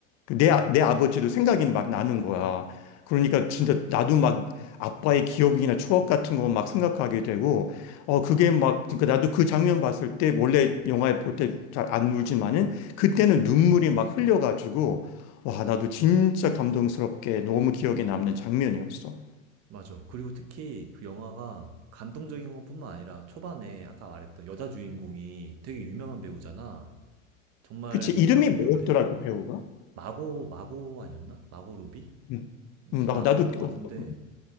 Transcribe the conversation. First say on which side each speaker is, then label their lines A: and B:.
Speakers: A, on the left (about 40°); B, on the right (about 40°).
A: 그 내, 아- 내 아버지도 생각이 막 나는 거야. 그러니까 진짜 나도 막 아빠의 기억이나 추억 같은 거 막 생각하게 되고, 어, 그게 막, 그러니까 나도 그 장면 봤을 때 원래 영화에 볼 때 잘 안 울지만은 그때는 눈물이 막 흘려가지고, 와, 나도 진짜 감동스럽게 너무 기억에 남는 장면이었어.
B: 맞아. 그리고 특히 그 영화가 감동적인 것뿐만 아니라 초반에 아까 말했던 여자 주인공이 되게 유명한 배우잖아. 정말
A: 그치, 이름이
B: 유명한 배우인데
A: 뭐였더라, 그 배우가?
B: 마고 마고 아니었나? 마고 로비?
A: 음,
B: 무슨
A: 음, 나,
B: 마고였던
A: 나도,
B: 것 같은데
A: 어, 어,